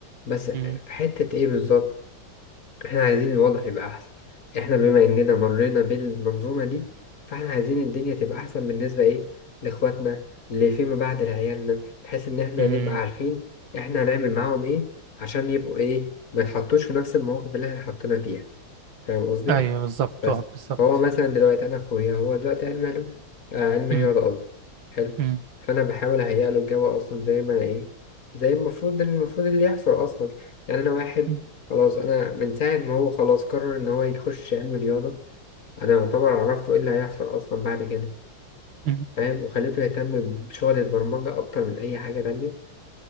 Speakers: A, on the left (about 50°); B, on the right (about 85°).
A: بس في
B: أمم،
A: حتة ايه بالظبط احنا عايزين الوضع يبقى احسن احنا بما اننا مرينا بالمنظومة دي فاحنا عايزين الدنيا تبقى احسن بالنسبة ايه لاخواتنا اللي فيما بعد لعيالنا بحيث ان احنا
B: أمم.
A: نبقى عارفين احنا هنعمل معاهم ايه عشان يبقوا ايه ما يتحطوش في نفس المواقف اللي احنا حطينا فيها فاهم قصدي
B: أيوه بالظبط
A: بس
B: اه بالظبط
A: فهو مثلا دلوقتي انا اخويا هو دلوقتي علم علوم آه علم رياضه
B: أمم،
A: قصدي حلو
B: أمم،
A: فانا بحاول اهيئ له الجو اصلا زي ما انا ايه زي المفروض المفروض اللي يحصل اصلا يعني انا واحد
B: أمم،
A: خلاص انا من ساعه ما هو خلاص قرر ان هو يخش علم رياضه انا يعتبر عرفته ايه اللي هيحصل اصلا بعد كده
B: أمم.
A: فاهم وخليته يهتم بشغل البرمجه اكتر من اي حاجه تانية